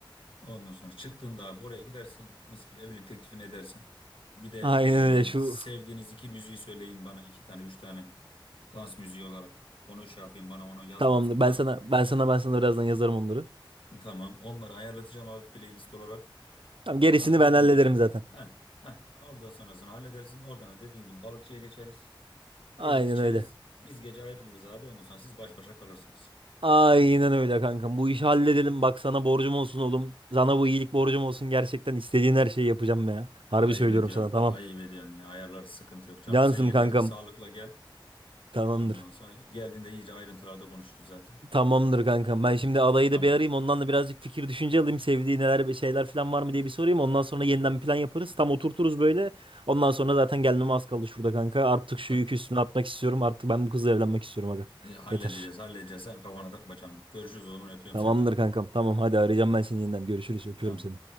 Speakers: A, on the left; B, on the right.
A: Ondan sonra çıktığında abi oraya gidersin mis gibi evlilik teklifini edersin. Bir de
B: Aynen öyle şu
A: e, sevdiğiniz iki müziği söyleyin bana iki tane üç tane dans müziği olarak onu şey yapayım bana onu yaz
B: Tamamdır.
A: WhatsApp'tan.
B: Ben sana ben sana ben sana birazdan yazarım onları.
A: Tamam. Onları ayarlatacağım abi playlist olarak.
B: Tamam
A: Oradan
B: gerisini
A: da dediğin
B: ben hallederim
A: gibi
B: zaten.
A: heh, heh, oradan sonrasını halledersin. Oradan da dediğin gibi balıkçıya geçeriz.
B: Aynen
A: Yeriz içeriz.
B: öyle.
A: Biz gece ayrılırız abi. Ondan sonra siz baş başa kalırsınız.
B: Aynen öyle kankam. Bu işi halledelim. Bak sana borcum olsun oğlum. Sana bu iyilik borcum olsun. Gerçekten istediğin her şeyi yapacağım ya. Harbi
A: Ayıp
B: söylüyorum
A: ediyorsun.
B: sana tamam.
A: Ayıp ediyorsun ya. Ayarlar sıkıntı yok canım.
B: Cansım
A: Sen yeter
B: kankam.
A: ki sağlıkla gel.
B: Tamamdır.
A: Ondan sonra geldiğinde iyice ayrıntılarda konuşuruz zaten.
B: Tamamdır kankam. Ben şimdi adayı
A: Tamam.
B: da bir arayayım. Ondan da birazcık fikir düşünce alayım. Sevdiği neler bir şeyler falan var mı diye bir sorayım. Ondan sonra yeniden bir plan yaparız. Tam oturturuz böyle. Ondan sonra zaten gelmeme az kaldı şurada kanka. Artık şu
A: Tamam.
B: yükü üstüne atmak istiyorum. Artık ben bu kızla evlenmek istiyorum aga.
A: E, halledeceğiz
B: Yeter.
A: halledeceğiz. Sen kafana takma canım. Görüşürüz o zaman öpüyorum
B: Tamamdır
A: seni.
B: kankam. Tamam hadi arayacağım ben seni yeniden. Görüşürüz. Öpüyorum
A: Tamam.
B: seni.